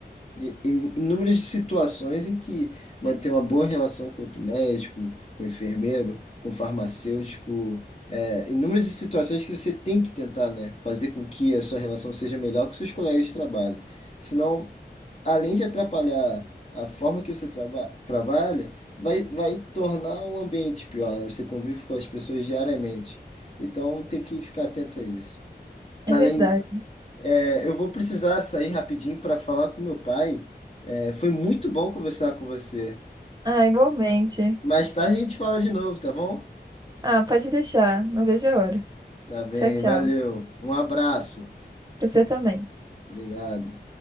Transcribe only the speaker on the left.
i- in- inúmeras situações em que manter uma boa relação com outro médico, com o enfermeiro, com o farmacêutico, eh, inúmeras situações que você tem que tentar, né, fazer com que a sua relação seja melhor com seus colegas de trabalho. Senão, além de atrapalhar a forma que você traba- trabalha, vai, vai tornar o ambiente pior, né? Você convive com as pessoas diariamente. Então, tem que ficar atento a isso.
Além,
é, eu vou precisar sair rapidinho para falar com meu pai. É, foi muito bom conversar com você.
Mais tarde a gente fala de novo, tá bom?
Tá bem,
valeu. Um abraço.
Obrigado.